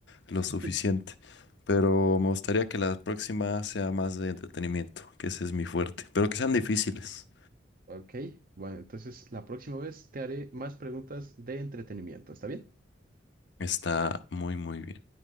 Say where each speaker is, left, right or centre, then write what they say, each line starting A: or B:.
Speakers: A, on the left; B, on the right.
A: lo suficiente.
B: <laughs>
A: Pero me gustaría que la próxima sea más de entretenimiento, que ese es mi fuerte. Pero que sean difíciles.
B: Ok, bueno, entonces la próxima vez te haré más preguntas de entretenimiento, ¿está bien?
A: Está muy, muy bien.